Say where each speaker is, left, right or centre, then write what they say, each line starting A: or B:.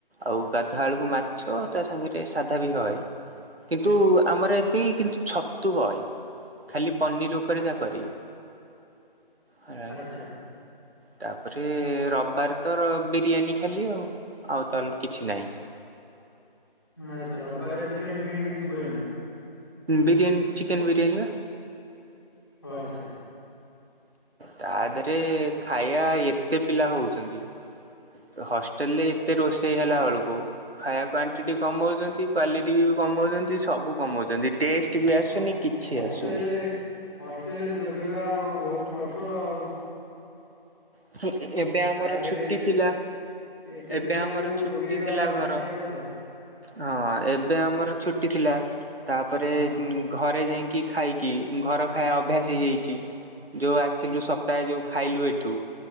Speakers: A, on the right; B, in the centre.
A: ଆଉ ଗାଧୁଆଳକୁ ମାଛ ତା ସାଙ୍ଗରେ ସାଧା ବି ହଏ। ତୁ ଆମର ଏତିକି କିନ୍ତୁ ଛତୁ ହଏନି, ଖାଲି ପନିର ଉପରେ ଯା କରିବେ। ହାଇ।
B: ଆଚ୍ଛା
A: ତାପରେ ରବିବାର ତର ବିରିୟାନୀ ଖାଲି ଆଉ। ଆଉ ତାହେଲେ କିଛି ନାଇ।
B: ଆଛା, ରବାରରେ ଚିକେନ୍ ଫିକେନ କିଛି ହୁଏନା?
A: ବିରିୟାନୀ ଚିକେନ ବିରିୟାନି ବା।
B: ଓ ଆଛା।
A: ତା ଦେହରେ ଖାଇଆ ଏତେ ପିଲା ହଉଛନ୍ତି। ହଷ୍ଟେଲ ରେ ଏତେ ରୋଷେଇ ହେଲା ଏଳକୁ ଖାଇବା କ୍ଵାଣ୍ଟିଟି କମଉଚନ୍ତି, କ୍ୱାଲିଟୀ ବି କମଉଚନ୍ତି, ସବୁ କମଉଚନ୍ତି, ଟେଷ୍ଟ ବି ଆସୁନି
B: ହଁ ହଁ
A: କିଛି
B: ହଷ୍ଟେଲରେ
A: ଆସୁନି
B: ହଷ୍ଟେଲରେ ଯୋଗେଇବା ଆଉ ବହୁତ କଷ୍ଟ ଆଉ
A: <inaudible> ଏବେ ଆମର
B: ଯାହା ବି ହେଲେ
A: ଛୁଟି
B: ଏତେ
A: ଥିଲା,
B: ଏତେ
A: ଏବେ
B: ପିଲାଙ୍କୁ
A: ଆମର ଛୁଟି
B: ଯୋଗେଇବା
A: ଥିଲା
B: ଆଉ
A: ଘର
B: ଛୋଟିଆ କଥା
A: ହଁ ଏବେ ଆମର ଛୁଟି ଥିଲା, ତା ପରେ
B: ହଁ
A: ଘରେ ଯାଇଁକି ଖାଇକି, ଘର ଖାଇବା ଅଭ୍ୟାସ ହେଇଯାଇଚି। ଯଉ ଆସିଲୁ ସପ୍ତାହେ ଯୋଉ ଖାଇଲୁ ଏଠୁ,